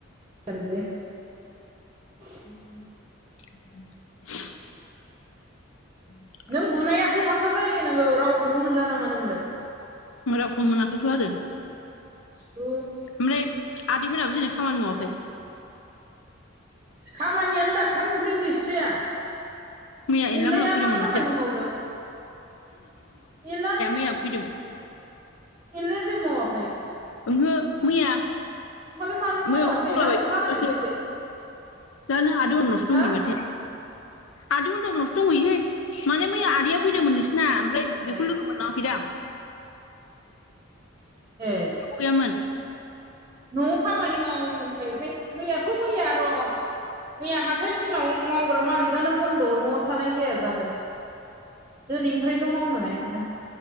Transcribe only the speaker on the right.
<unintelligible>
नों बुनायासो थाब थाब रायज्लायनांगौ रावखौनो मोनला नामा नोंलाय।
औ
खामानियानो दाखालिनिफ्रायनो गैस्राया।
एनलाया
मा खामानि
मावदों एनलान
एनलाया जेबो मावाखै?
होमबालाय मानो मावासै
ना अखा हानायखायसो
हा
ए
ए
न'आव खामानि मावो होननायखाय मैयाथ' मैया र' मैया हाथाइइ दिनाव मावग्रा मालिकानो बन्द' न'आव थानाय जाया जादों। दिनैनिफ्रायथ' मावनो हायोमोन ना।